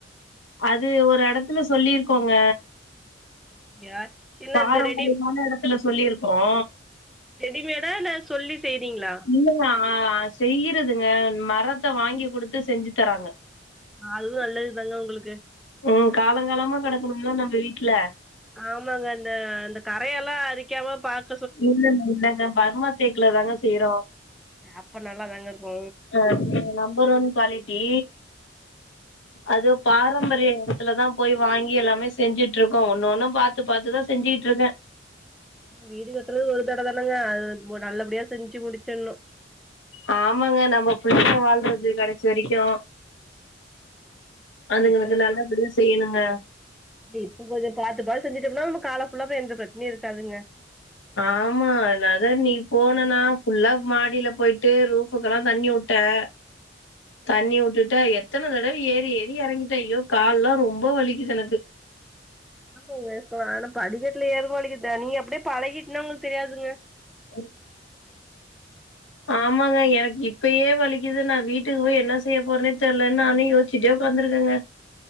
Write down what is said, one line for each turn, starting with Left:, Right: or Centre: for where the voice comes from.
Left: அது ஒரு எடத்துல சொல்லிருக்கோங்க
Centre: அப்டியா என்ன
Left: பாரம்பரியமான
Centre: இந்த ரெடி
Left: எடத்துல சொல்லிருக்கிறோ
Centre: ரெடிமேடா இல்ல சொல்லி செய்றீங்களா
Left: இல்லங்க அ அ செய்யிறதுங்க மரத்த வாங்கி குடுத்து செஞ்சு தராங்க
Centre: அதுவு நல்லது தாங்க உங்களுக்கு
Left: ம் காலங்காலமா கெடக்குணும்ள நம்ம வீட்ல
Centre: ஆமாங்க இந்த இந்த கரையெல்லா அரிக்காம பாக்
Left: இல்லங்க இல்லங்க பர்மா தேக்ல தாங்க செய்யிறோ
Centre: அப்ப நல்லாதாங்க இருக்கு
Left: அ நம்பர் ஒன் குவாலிட்டி அது பாரம்பரிய எடத்துல தா போய் வாங்கி எல்லாமே செஞ்சீட் இர்க்கோ ஒன்னு ஒன்னு பாத்து பாத்துதா செஞ்சீட் இருக்கே
Centre: வீடு கட்றது ஒரு தடவ தானங்க அது நல்லபடியா செஞ்சு முடிச்சின்ணு
Left: ஆம்மாங்க நம்ம புள்ளங்க வாழ்றது கடைசி வரிக்கு அதுங்களுக்கு
Centre: இப்ப
Left: நல்லா படியா செய்யிணுங்க
Centre: இல்ல இப்ப கொஞ்சோ பாத்து பாத்து செஞ்சிட்டோம்னா நம்ம கால ஃபுல்லாவே எந்த பிரச்சனையு இருக்காதுங்க
Left: ஆமா நாதா நீ போனனா ஃபுல்லா மாடியில போயிட்டு ரூஃபுக்கெல்லா தண்ணி வுட்ட <inaudible> தண்ணி வுட்டுட்டா எத்தன தடவ ஏறி ஏறி எறங்கிட்ட ஐயோ கால்லா ரொம்ப வலிக்குது எனக்கு
Centre: அ ஆனா படிக்கட்ல ஏறுபோது வலிக்கு நீ அப்டியே பழகிட்ன்னா உங்களுக்கு தெரியாதுங்க
Left: <inaudible> ஆமாங்க எனக்கு இப்பயே வலிக்குது நா வீட்டுக்கு போய் என்ன செய்ய போறேனே தெரில நானு யோ ச்சிட்டே உக்காந்துருக்கங்க